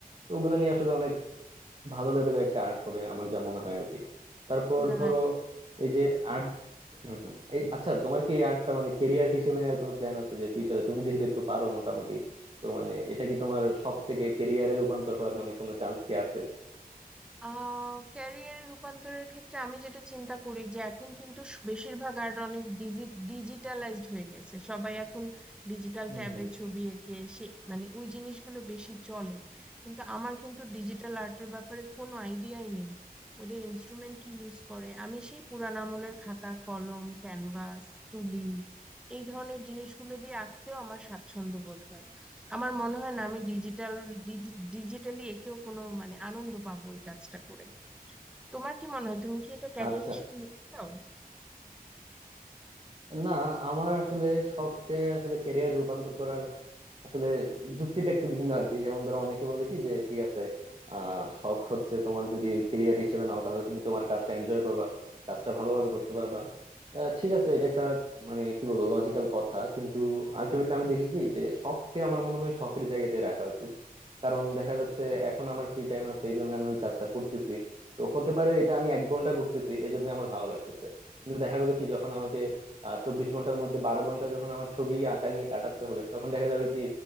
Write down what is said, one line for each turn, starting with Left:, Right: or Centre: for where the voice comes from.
Right: তো ওগুলা নিয়ে আসলে অনেক ভালো লেভেলের একটা আর্ট হবে আমার যা মনে হয় আর কি তারপর
Centre: হুম। না
Right: ধরো এই যে আর্ট হম হম এই আচ্ছা তোমার কি এই আর্টটা মানে কেরিয়ার হিসেবে নেওয়ার কোনো প্ল্যান আছে যে ফিউচারে তুমি যেহেতু একটু পারো মোটামুটি তো মানে এটা কি তোমার শখ থেকে কেরিয়ারে রূপান্তর হওয়ার মানে কোনো চান্স কি আছে
Centre: আহ ক্যারিয়ারে রূপান্তরের ক্ষেত্রে আমি যেটা চিন্তা করি যে এখন কিন্তু স- বেশিরভাগ আর্ট অনেক ডিজিটালাইজড হয়ে গেছে সবাই এখন ডিজিটাল
Right: হুম
Centre: ট্যাবে
Right: হুম
Centre: ছবি এঁকে সে মানে ওই জিনিসগুলো বেশি চলে কিন্তু আমার কিন্তু ডিজিটাল আর্টের ব্যাপারে কোনো আইডিয়াই নেই ওদের ইনস্ট্রুমেন্ট কি ইউজ করে আমি সেই পুরান আমলের খাতা কলম ক্যানভাস তুলি এই ধরনের জিনিসগুলো দিয়ে আঁকতেও আমার স্বাচ্ছন্দ্য বোধ হয় আমার মনে হয় না আমি ডিজিটাল ডিজিটালি একেও কোনো মানে আনন্দ পাবো এই কাজটা করে তোমার কি মনে হয় তুমি কি এটা ক্যারিয়ার
Right: আচ্ছা
Centre: হিসেবে নিতে চাও
Right: না আমার আসলে শখকে আসলে ক্যারিয়ার রূপান্তর করার আসলে যুক্তিটা একটু ভিন্ন আর কি যেমন ধরো অনেকে বলে কি যে ঠিক আছে আহ শখ হচ্ছে তোমার যদি কেরিয়ার হিসেবে নাও তাহলে তুমি তোমার কাজটা এনজয় করবা কাজটা ভালোভাবে করতে পারবা আহ, ঠিক আছে এটা একটা মানে কি বলবো লজিক্যাল কথা কিন্তু আলটিমেটলি আমি দেখি কি যে শখকে আমার মনে হয় শখের জায়গাতে রাখা উচিত কারণ দেখা যাচ্ছে এখন আমার ফ্রি টাইম আছে এই জন্য আমি ওই কাজটা করতেছি তো হতে পারে এটা আমি এক ঘন্টা করতেছি এই জন্য আমার ভালো লাগতেছে কিন্তু দেখা গেলো কি যখন আমাকে আহ চব্বিশ ঘন্টার মধ্যে বারো ঘন্টা যখন আমার ছবি আঁকা নিয়ে কাটাতে হবে তখন দেখা যাবে কি